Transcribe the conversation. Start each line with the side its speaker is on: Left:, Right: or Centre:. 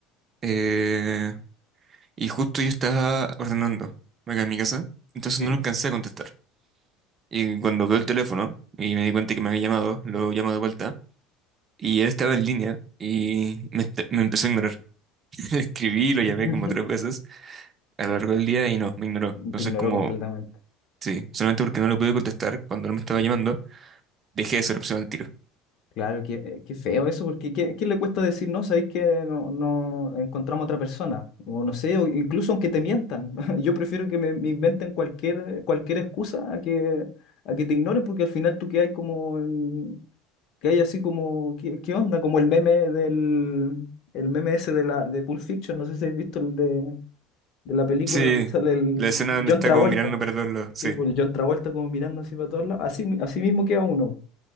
Right: eh, Y justo yo estaba ordenando acá en mi casa, entonces
Left: Sí.
Right: no lo alcancé a contestar. Y cuando veo el teléfono y me di cuenta que me había llamado, lo llamo de vuelta y él estaba en línea y me, est- me empezó a ignorar. <laughs> Le escribí, lo llamé
Left: <laughs>
Right: como tres veces a lo largo del día y no, me ignoró. Entonces
Left: Te ignoro
Right: como,
Left: completamente.
Right: sí, solamente porque no lo pude contestar cuando él me estaba llamando, dejé de ser opción al tiro.
Left: Claro, qué, eh, qué feo eso, porque ¿qué, qué le cuesta decir no? Sabéis que no, no encontramos otra persona, o no sé, o incluso aunque te mientan. <laughs> Yo prefiero que me, me inventen cualquier, eh, cualquier excusa a que, a que te ignoren, porque al final tú que hay como, el- que hay así como, ¿qué, qué onda? Como el meme del, el meme ese de la, de Pulp Fiction, no sé si habéis visto el de, de la película
Right: Sí,
Left: donde sale el
Right: la escena donde
Left: John
Right: está
Left: Travolta,
Right: como mirando para todos lados, sí,
Left: sí, pues el John Travolta como mirando así para todos lados, así, mi- así mismo queda uno.